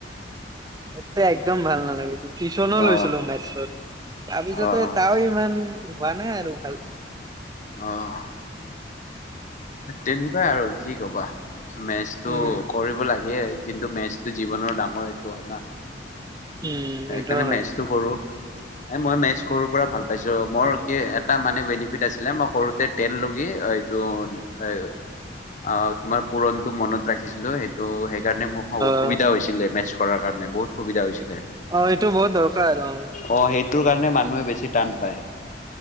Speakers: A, on the right; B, on the left.
A: সেইটো একদম ভাল নালাগিছিল। টিউচনো
B: অ'
A: লৈছিলোঁ মেথছত, তাৰপিছতো
B: অ'
A: তেও ইমান হোৱা নাই আৰু ভাল।
B: অ', তেনেকুৱাই আৰু কি ক'বা, মেথছ
A: উম।
B: কৰিব লাগে, কিন্তু মেথছটো জীৱনৰ ডাঙৰ এইটো হয় ন।
A: উম সেইটো
B: সেইকাৰণে
A: হয়
B: মেথচটো কৰোঁ। এ মই মেথছ সৰুৰ পৰা ভাল পাইছিলোঁ, মোৰ কি এটা মানে বেনিফিট আছিলে, মই সৰুতে টেন লৈকে ত', এ-অ', তোমাৰ পুৰণটো মনত ৰাখিছিলোঁ, সেইটো ত' সেইকাৰণে মোক অসুবিধা
A: অ।
B: হৈছিলে মেথছ কৰাৰ কাৰণে, বহুত সুবিধা হৈছিলে।
A: অ', এইটো বহুত দৰকাৰ অ'।
B: অ', সেইটোৰ কাৰণে মানুহে বেছি টান পায়,